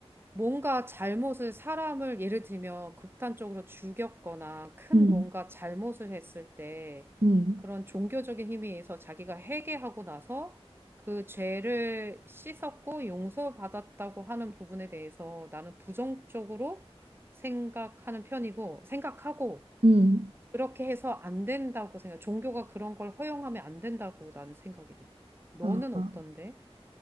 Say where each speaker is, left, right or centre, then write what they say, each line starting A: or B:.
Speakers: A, on the right; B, on the right.
A: 뭔가 잘못을 사람을 예를 들면 극단적으로 죽였거나 큰
B: 음,
A: 뭔가 잘못을 했을 때
B: 음,
A: 그런 종교적인 힘에 의해서 자기가 회개하고 나서 그 죄를 씻었고 용서받았다고 하는 부분에 대해서 나는 부정적으로 생각하는 편이고 생각하고
B: 음.
A: 그렇게 해서 안 된다고 생각. 종교가 그런 걸 허용하면 안 된다고 나는 생각이 돼. 너는
B: 아.
A: 어떤데?